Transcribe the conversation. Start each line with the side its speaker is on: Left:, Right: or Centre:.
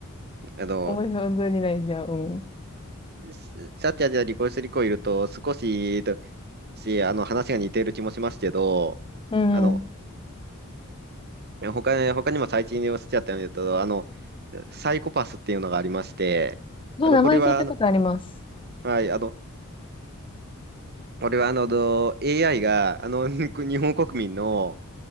Right: あの、
Left: 思い本当に泣いちゃう。うん。
Right: シャッきーじゃリ離婚する子いると、少し、し、あの、話が似ている気もしますけど、
Left: うんうん。
Right: あの、え、他に、他にも最近でおっしゃったように言うと、あの、サイコパスっていうのがありまして、
Left: そう、
Right: あの、
Left: 名前聞いたことあります。
Right: これは、あの、はい、あの、これは、あの、ど AI が、あの、<laughs> 日本国民の、